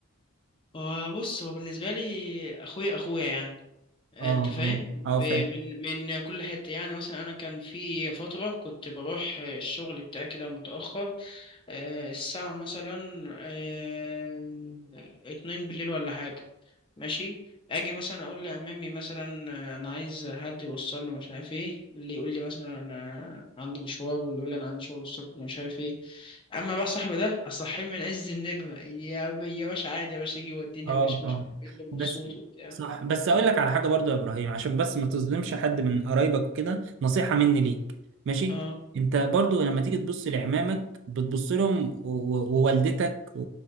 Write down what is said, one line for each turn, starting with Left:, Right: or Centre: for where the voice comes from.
Left: آه، بص هو بالنسبه لي اخويا اخويا يعني انت
Right: اه اه
Left: فاهم ب-
Right: اه فاهم
Left: من من كل حته يعني مثلا انا كان في فتره كنت بروح الشغل بتاعي كده متاخر آه، الساعه مثلا آه، اتنين بالليل ولا حاجه ماشي اجي مثلا اقول لعمامي مثلا آه، انا عايز حد يوصلني ومش عارف ايه اللي يقول لي مثلا انا عندي مشوار واللي يقول لي انا عندي شغل الصبح ومش عارف ايه اما بقى صاحبي ده اصحيه من عز النجمه يا يا باشا عادي يا باشا يجي يوديني
Right: اه
Left: مش مش
Right: اه
Left: بيبقى مبسوط
Right: بس
Left: وبتاع
Right: صح بس اقول لك على حاجه برضو يا ابراهيم عشان بس ما تظلمش حد من قرايبك كده نصيحه مني ليك ماشي
Left: اه
Right: انت برضو لما تيجي تبص لعمامك بتبص لهم و- و- ووالدتك و-